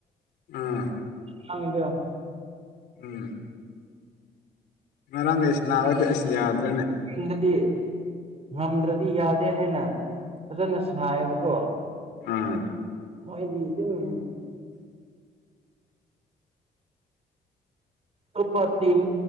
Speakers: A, on the left; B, on the right.
A: ꯎꯝ
B: ꯍꯪꯒꯤꯗꯣ꯫
A: ꯎꯝ꯫ ꯉꯔꯥꯡꯒꯤ ꯁꯥꯅꯕꯗꯨ ꯑꯩꯁ ꯌꯥꯗ꯭ꯔꯦꯅꯦ꯫
B: ꯇꯨꯡꯗꯗꯤ ꯉꯝꯗ꯭ꯔꯗꯤ ꯌꯥꯗꯦ ꯍꯥꯏꯅ ꯐꯖꯅ ꯁꯉꯥꯏꯌꯦꯕꯀꯣ꯫
A: ꯑꯥ꯫
B: ꯃꯥꯏꯕꯤ ꯑꯗꯨꯝ꯫ ꯑꯇꯣꯞꯄ ꯇꯤꯝ